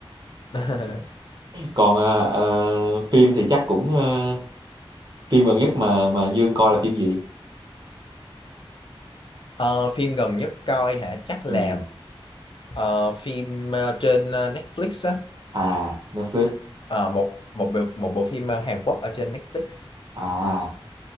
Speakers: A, on the left; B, on the right.
A: <laughs>
B: còn ờ, ờ, phim thì chắc cũng ờ, phim gần nhất mà mà Dương coi là phim gì
A: Ờ, phim gần nhất coi hả chắc
B: ừ.
A: là ờ, phim ờ, trên ờ, Netflix á
B: à Netflix
A: Ờ, một một bộ, một bộ phim ờ, Hàn Quốc ở trên Netflix
B: À,